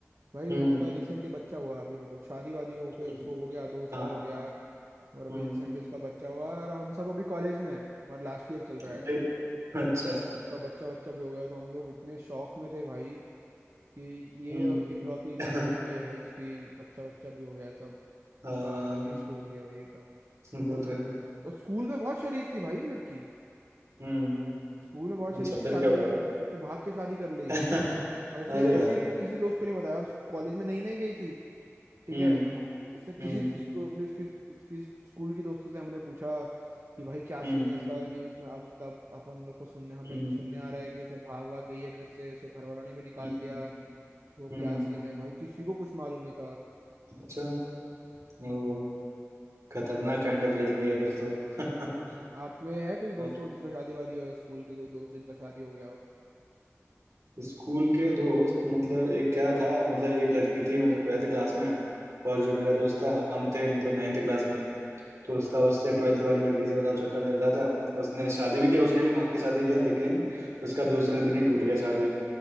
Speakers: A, on the right; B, on the right.
A: भाई
B: हम्म
A: उसका रिसेंटली
B: <laughs>
A: बच्चा हुआ अभी मतलब शादी वादी होके
B: हम्म,
A: उसको हो गया दो साल
B: हाँ
A: हो गया और अभी
B: हम्म
A: रिसेंटली उसका बच्चा हुआ है और हम सब अभी कॉलेज में है और लास्ट ईयर चल रहा है
B: अरे, अच्छा
A: उसका बच्चा बच्चा भी हो गया तो हम लोग इतने शौक में थे भाई कि ये
B: हम्म
A: इकलौती
B: <laughs>
A: लड़की है भाई इसकी बच्चा बच्चा भी हो गया सब
B: हाँ
A: का अलग ही स्टोरी है भाई एकदम
B: वो
A: और, स-
B: तो है
A: और स्कूल में बहुत शरीफ थी भाई वो लड़की
B: हम्म
A: स्कूल में बहुत शरीफ
B: अच्छा
A: थी
B: फिर
A: शादी
B: क्या हुआ
A: वादी उसने भाग के शादी कर ली
B: <laughs>
A: और उसने
B: अरे
A: किसी
B: यार
A: किसी दोस्त को नहीं बताया और कॉलेज में नई नई गई थी ठीक
B: हम्म
A: है उसने किसी
B: हम्म
A: उसको अपने उसकी उसकी स्कूल के दोस्तों से हमने पूछा कि भाई क्या
B: हम्म
A: सीन है इसका न्यूज में अब तब अपन लोग को सुनने हमें
B: हम्म
A: सुनने आ रहा है कि ये सब भाग भाग गई है घर से उसके घर वालों ने भी निकाल
B: हम्म
A: दिया वो
B: हम्म,
A: क्या सीन है भाई किसी को कुछ मालूम नहीं था
B: अच्छा ओ
A: हम्म
B: खतरनाक काइंड ऑफ लड़की है फिर तो <laughs>
A: हम्म, आप में है कोई दोस्त
B: पर
A: वो जिसका शादी वादी हो स्कूल के कोई दोस्त जिनका शादी हो गया हो
B: स्कूल के दोस्त मतलब एक क्या था मतलब एक लड़की थी मतलब ट्वेल्थ क्लास में और
A: हम्म
B: जो मेरा दोस्त था हम थे मतलब नाइन्थ क्लास में ही तो उसका उससे ट्वेल्थ वाली लड़की से बताओ चक्कर चल रहा था उसने शादी भी किया उसने भी भाग के शादी किया लेकिन उसका दूसरे दिन ही टूट गया शादी